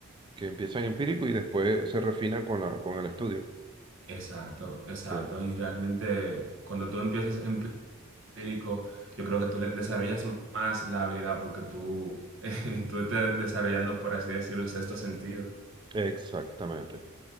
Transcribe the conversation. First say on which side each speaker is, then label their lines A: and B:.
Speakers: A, on the right; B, on the right.
A: que empiezan empírico y después se refinan con la, con el estudio.
B: Exacto, exacto.
A: Claro.
B: Y realmente cuando tú empiezas empírico, yo creo que tú re- desarrollas más la habilidad porque tú, <laughs> tú te desarrollando, por así decirlo, un sexto sentido.
A: Exactamente.